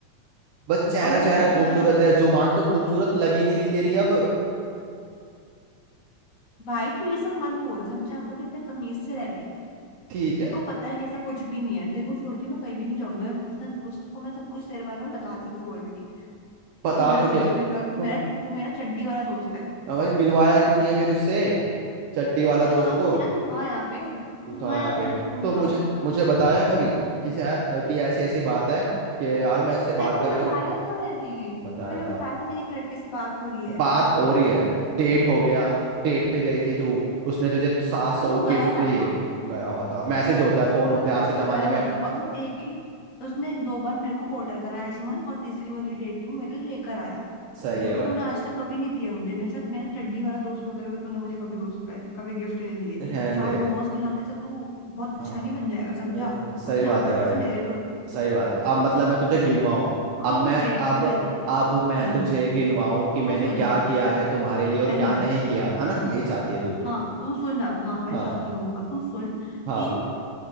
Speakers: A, on the right (about 65°); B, on the left (about 35°).
A: बस चेहरा
B: और वो
A: चेहरा
B: उसकी
A: खूबसूरत
B: ना कोई
A: है जुबान तो खूबसूरत लग ही नहीं रही तेरी अब
B: भाई तू ये सब मन बोल समझा थोड़ी अपने तमीज से रह ले
A: ठीक है
B: तेरे को पता है कि ऐसा कुछ भी नहीं है तेरे को छोड़ के मैं कहीं भी नहीं जाऊंगा और उसने उसको मैं सब कुछ तेरे बारे में बता चुकी हूँ ऑलरेडी
A: बता
B: कि तू मेरा
A: चुके
B: बेस्ट
A: तुम
B: फ्रेंड और तू मेरा तू मेरा चड्डी वाला दोस्त है
A: हाँ भाई मिलवाया क्यों नहीं है फिर उससे चट्टी वाला
B: मिलवा
A: दोस्त को
B: दूंगी ना तू था यहाँ पे तू
A: तू था
B: था
A: यहाँ
B: यहाँ
A: पे
B: पे जो तेरे को मिलवाऊं
A: तो मुझे मुझे बताया कभी कि, सै- कि ऐसी ऐसी बात है कि यार मैं इससे
B: तेरे
A: बात कर
B: को बताया
A: रही हूँ
B: था मैंने तेरे
A: बताया
B: को मैंने बताया
A: था
B: था मेरे एक लड़के से बात हो रही है
A: बात हो रही है डेट हो गया डेट पे गई थी तू उसने तुझे सात सौ
B: तो तू
A: गिफ्ट
B: गया हुआ
A: दिए
B: था
A: गया हुआ था मैसेज होता है फोन होते हैं आज
B: तो तू
A: के जमाने
B: गया हुआ
A: में
B: था और वो एक ही उसने दो बार मेरे को पोर्टर कराया एसमन और तीसरी वाली डेट तू मेरे लिए लेकर आया
A: सही
B: जो
A: है
B: कि
A: भाई
B: तूने आज तक कभी नहीं दिया मुझे मेरे साथ मेरा चड्डी वाला दोस्त होते हुए भी तूने मुझे कभी दोस्त पे- कभी गिफ्ट नहीं दिए
A: रहने
B: चार
A: दे
B: मोमोज खिलाने से तू बहुत अच्छा
A: हाँ
B: नहीं बन जाएगा समझा
A: अ, सही
B: उसमें
A: बात
B: आधे
A: है
B: पैसे
A: भाई
B: मेरे भी होते हैं
A: सही बात है अब मतलब मैं तुझे
B: उसमें
A: गिनवाऊं
B: अब
A: अब
B: हम
A: मैं
B: डेट पे
A: अब
B: गए थे
A: अब
B: सुन
A: मैं तुझे गिनवाऊं कि
B: तू
A: मैंने
B: सुन
A: क्या
B: अब
A: किया है तुम्हारे लिए
B: नहीं
A: और क्या नहीं किया है ना यही चाहती है तू
B: हाँ तू सुन अब हाँ मैं
A: हाँ
B: चाहती हूँ अब तू सुन
A: हाँ
B: कि